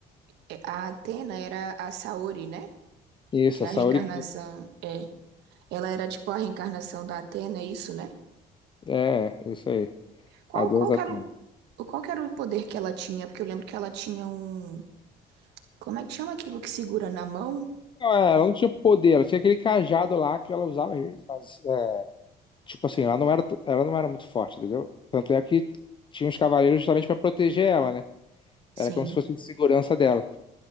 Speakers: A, on the right (about 85°); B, on the left (about 30°).
A: é, a Atena era a Saori, né?
B: isso,
A: Que a
B: a Saori
A: reencarnação
B: Kido.
A: é. Ela era tipo a reencarnação da Atena, é isso, né?
B: É, isso aí.
A: Qual,
B: Adeus,
A: qual
B: Atena.
A: que era o, o- qual que era o poder que ela tinha? Porque eu lembro que ela tinha um. Como é que chama aquilo que segura na mão?
B: Não, é, ela não tinha poder, ela tinha aquele cajado lá que ela usava às vezes, mas, é, tipo assim, ela não era, t- ela não era muito forte, entendeu? Tanto é que tinha os cavaleiros justamente pra proteger ela, né?
A: Sim.
B: Era como se fosse de segurança dela.